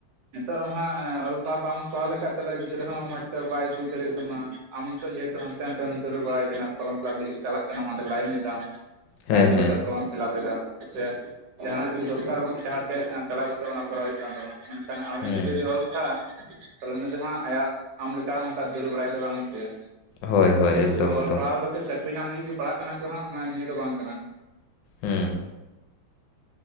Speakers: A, on the right; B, on the left.
A: ᱱᱤᱛᱚᱜ ᱦᱟᱸᱜ ᱚᱞᱯᱚ ᱵᱟᱢ ᱠᱚᱨᱟᱣ ᱞᱮᱠᱟᱡ ᱛᱟᱦᱚᱞᱮ ᱜᱤᱫᱽᱨᱟᱹ ᱦᱚᱸ ᱢᱚᱸᱡᱽ ᱛᱮᱚ ᱵᱟᱭ ᱵᱩᱡ ᱫᱟᱲᱮᱭᱟ ᱛᱟᱢᱟ᱾ ᱟᱢ ᱱᱤᱛᱚᱜ ᱡᱮ ᱦᱮᱛᱩ ᱦᱟᱱᱛᱮ ᱱᱟᱛᱮᱢ ᱫᱟᱹᱨ ᱵᱟᱲᱟᱭ ᱠᱟᱱᱟ ᱯᱷᱚᱨᱚᱢ ᱯᱷᱤᱞᱟᱯ ᱞᱟᱹᱜᱤᱫ ᱪᱟᱞᱟᱜ ᱠᱟᱱᱟᱢ ᱟᱸᱰᱮ ᱞᱟᱭᱤᱱ ᱮᱫᱟᱢᱼᱼ
B: ᱦᱮᱸ
A: ᱞᱟᱭᱤᱱ ᱛᱮᱝᱜᱩ
B: ᱦᱮᱸ
A: ᱠᱟᱛᱮ ᱯᱷᱚᱨᱚᱢ ᱯᱷᱮᱞᱟᱯ ᱮᱫᱟ ᱥᱮᱼᱼ ᱥᱮ ᱡᱟᱦᱟᱸ ᱱᱟᱜ ᱜᱮ ᱫᱚᱨᱠᱟᱨ ᱴᱟᱜ ᱦᱚᱲ‌ ᱴᱷᱮᱡ ᱪᱟᱞᱟᱣ ᱠᱟᱛᱮᱜ ᱚᱱᱟ ᱠᱚᱨᱟᱣ ᱦᱩᱭᱩᱜ ᱠᱟᱱ ᱛᱟᱢᱟ ᱢᱮᱱᱠᱷᱟᱱ ᱟᱢ ᱨᱮᱱ
B: ᱦᱩᱸ
A: ᱜᱤᱫᱽᱨᱟᱹ ᱫᱚ ᱚᱞᱼᱼ ᱟ ᱛᱟᱦᱚᱞᱮ ᱩᱱᱤ ᱫᱚ ᱦᱟᱸᱜ ᱟᱭᱟᱜ ᱟᱢ ᱞᱮᱠᱟ ᱚᱱᱠᱟ ᱫᱟᱹᱲ ᱵᱟᱲᱟᱭ ᱫᱚ ᱵᱟᱝ ᱦᱩᱭᱩᱜ ᱛᱟᱭᱟ᱾
B: ᱦᱳᱭ ᱦᱳᱭ ᱮᱠᱫᱚᱢ
A: ᱥᱩᱫᱩ
B: ᱮᱠᱫᱚᱢ
A: ᱚᱞ ᱯᱟᱲᱦᱟᱣ ᱠᱟᱛᱮᱜ ᱪᱟᱹᱠᱨᱤ ᱧᱟᱢ ᱞᱟᱹᱜᱤᱫ ᱜᱮ ᱯᱟᱲᱦᱟᱜ ᱠᱟᱱᱟ ᱠᱚ ᱦᱟᱸᱜ ᱚᱱᱟ ᱱᱤᱭᱟᱹ ᱫᱚ ᱵᱟᱝ ᱠᱟᱱᱟ᱾
B: ᱦᱩᱸ᱾